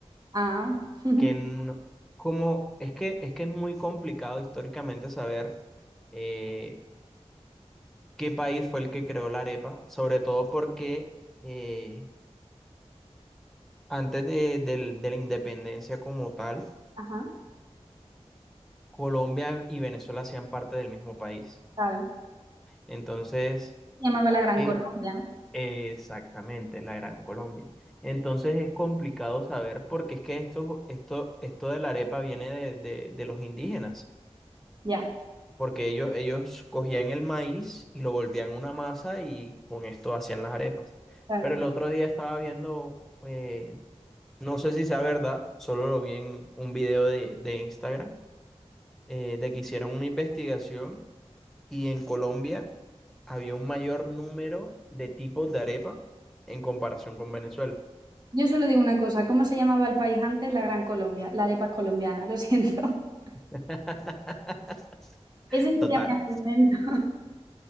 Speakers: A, on the right; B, in the centre.
A: Ah, <laughs>
B: que no- como es que es que es muy complicado históricamente saber eh, qué país fue el que creó la arepa, sobre todo porque eh, antes de, del- de la independencia como tal,
A: Ajá.
B: Colombia y Venezuela hacían parte del mismo país.
A: claro.
B: Entonces,
A: Se llamaba la Gran
B: eh,
A: Colombia, ¿no?
B: Exactamente, la Gran Colombia. Entonces es complicado saber porque es que esto, esto, esto de la arepa viene de, de- de los indígenas,
A: Ya,
B: porque ellos, ellos cogían el maíz y lo volvían una masa y con esto hacían las arepas.
A: claro.
B: Pero el otro día estaba viendo, eh, no sé si sea verdad, solo lo vi en un video de, de Instagram, eh, de que hicieron una investigación y en Colombia había un mayor número de tipos de arepa en comparación con Venezuela.
A: Yo solo digo una cosa, ¿cómo se llamaba el país antes? La Gran Colombia, la arepa es colombiana, lo siento. <laughs>
B: <laughs>
A: Ese sería
B: Total.
A: mi argumento. <laughs>